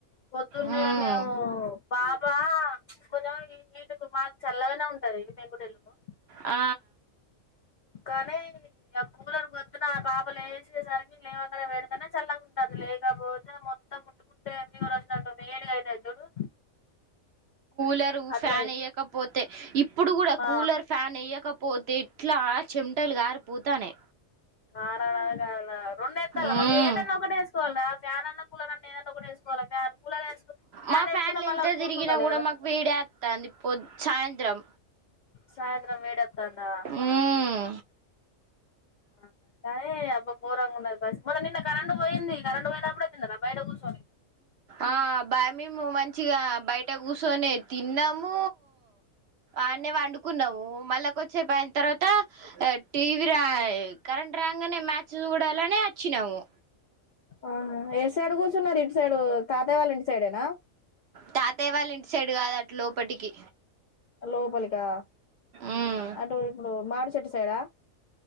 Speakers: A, on the left; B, on the right.
A: పొద్దున్నే
B: మ్మ్
A: మేము బాబా కొంచెం ఈ వీటు మాకు చల్లగానే ఉంటది పెంకుటిల్లు
B: ఆ
A: కనీ ఇగ కూలర్ మొత్త పొద్దున పాపలేసి సరికి ఇవి లేవగానే పెడితేనే చల్లగా ఉంది కాపోతే మొత్తము అదే ఫీవర్ వచ్చినట్టు వేడిగా అయితే చూడు
B: దరు
A: అట్లా
B: ఫ్యాన్ ఏయ్యకపోతే తే ఇప్పు ఇప్పుడు కూడా
A: ఆ
B: కూలర్ ఫ్యాన్ ఏయ్యకపోతే ఇట్లా చెెం టల్ కారిపోతానై
A: కారణకణ రెండుఎత్తాల
B: మ్మ్
A: మమ్మీ ఏదన్నా ఒకటే వేసుకోవాలిరా ఫ్యాన్ అన్నా కూలర్ అన్నా ఏదన్నా ఒకటి వేసుకోవాలా ఫ్యాన్ కూలర్ వే ఫ్యాన్
B: మా
A: వేసుకుంటే
B: ఫ్యాన్లు
A: మళ్ళా
B: ఎంత తిరిగినా
A: ఉడుకు తలగదా
B: కూడా మాకు వేడేత్తాంది పొద్ సాయంత్రం
A: సాయంత్రం వేడ తందా
B: మ్మ్
A: ఆ తాయే అబ్బా గోరంగా ఉన్నది పసి మల్ల నిన్న కరెంటు పోయింది కరెంటు పోయినప్పుడే కదా బయట కూసు
B: ఆ బామేము మంచిగా బయట కుసోనే తిన్నాము ఆమె పడుకున్నావు మళ్ళ కొద్దిసేపు అయిన తర్వాత టీవీ రా కరెంట్ రాగానే మ్యాచ్ చూడాలనే ఆచ్చినాము
A: ఆ ఏ సైడ్ కూర్చున్నారు ఇటు సైడు తాతయ్య వాళ్ళ ఇంటి సైడేనా
B: తాతయ్య వాళ్ళ ఇంటి సైడు కాదు అట్ లోపటికి
A: లోపలికా
B: మ్మ్
A: అటు ఇప్పుడు మాడిచెట్టు సైడా